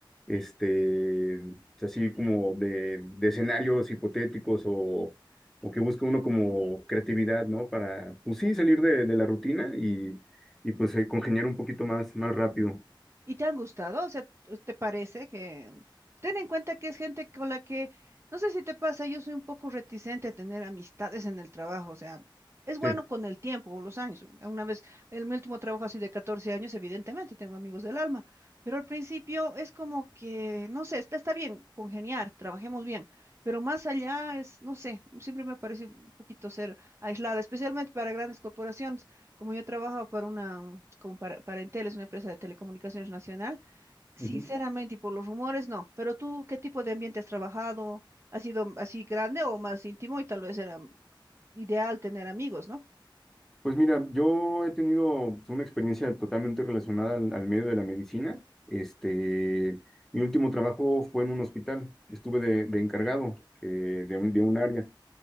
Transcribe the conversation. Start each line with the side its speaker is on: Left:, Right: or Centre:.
Centre: este, así como de, de escenarios hipotéticos o o que busca uno como creatividad, ¿no? Para, pues sí, salir de, de la rutina y, y pues eh, congeniar un poquito más, más rápido.
Right: ¿Y te han gustado? O sea, ¿te parece que... Ten en cuenta que es gente con la que, no sé si te pasa, yo soy un poco reticente a tener amistades en el trabajo, o sea, es bueno
Centre: Sí.
Right: con el tiempo, o los años. Una vez, en mi último trabajo así de 14 años, evidentemente tengo amigos del alma, pero al principio es como que, no sé, está, está bien congeniar, trabajemos bien, pero más allá es, no sé, siempre me parece un poquito ser aislada, especialmente para grandes corporaciones. Como yo trabajo para una, como para, para Entel, es una empresa de telecomunicaciones nacional, sinceramente,
Centre: Ujú.
Right: y por los rumores, no. Pero tú, ¿qué tipo de ambiente has trabajado? ¿Ha sido así grande o más íntimo? Y tal vez era ideal tener amigos, ¿no?
Centre: Pues mira, yo he tenido pues, una experiencia totalmente relacionada al, al medio de la medicina. Este, mi último trabajo fue en un hospital. Estuve de, de encargado eh, de un, de un área.